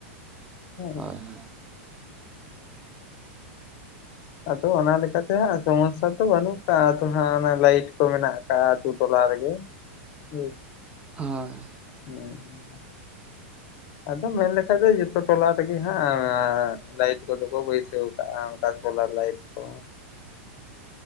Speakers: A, on the left; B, on the right.
A: ᱦᱮᱸ᱾
B: ᱦᱳᱭ ᱦᱳᱭ
A: ᱟᱫᱚ ᱚᱱᱟ ᱞᱮᱠᱟᱛᱮ ᱦᱟᱸᱜ ᱥᱚᱢᱚᱥᱥᱟ ᱫᱚ ᱵᱟᱹᱱᱩᱜ ᱠᱟᱫᱟ᱾ ᱟᱫᱚ ᱦᱟᱸᱜ ᱚᱱᱟ ᱞᱟᱭᱤᱴ ᱠᱚ ᱢᱮᱱᱟᱜ ᱦᱮᱸ ᱟᱛᱩ ᱴᱚᱞᱟ ᱨᱮᱜᱮ ᱦᱮᱸ
B: ᱦᱳᱭ᱾
A: <inaudible> ᱟᱫᱚ ᱢᱮᱱᱞᱠᱷᱟᱡ ᱫᱚ ᱡᱚᱛᱚ ᱴᱚᱞᱟ ᱨᱮᱜᱮ ᱦᱟᱸᱜ ᱞᱟᱭᱤ ᱟᱠᱚ ᱫᱚ ᱵᱚᱹᱭᱥᱟᱹᱣ ᱠᱟᱜ ᱚᱱᱠᱟ ᱥᱚᱞᱟᱨ ᱞᱟᱭᱤᱴ ᱠᱚ᱾